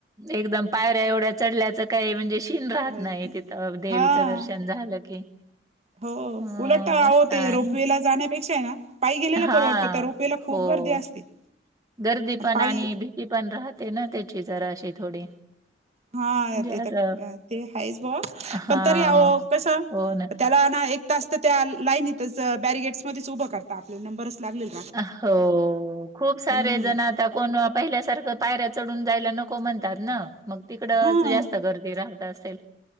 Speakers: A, on the right; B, on the right.
A: एकदम पायऱ्या एवढ्या चढल्याचं काय म्हणजे शीण राहत
B: होय
A: नाही तिथ देवीचं
B: हा
A: दर्शन झालं की.
B: हो
A: अं,
B: उलट आहो
A: मस्त आहे.
B: ते रोपवेला जाण्यापेक्षा आहे ना पायी गेलेल
A: हां.
B: परवडत, त्या रोपेला खूप
A: हो.
B: गर्दी असते.
A: गर्दी पण
B: पाळी
A: आणि भीती पण राहते ना त्याची जराशी थोडी.
B: हा
A: म्हणजे
B: ते
A: असं
B: तर <unintelligible> ते हायचं बुवा
A: हां.
B: पण तरी अहो कस
A: हो ना.
B: त्याला ना एक तास तर त्या लाईनीतच बॅरिगेट्सध्येच उभं करता आपल्याला नंबरच लागलेल
A: हो, खूप सारे
B: ह
A: जण आता कोण पहिल्यासारखं पायऱ्या चढून जायला नको म्हणतात ना. मग तिकडंच
B: हा
A: जास्त गर्दी राहत असेल.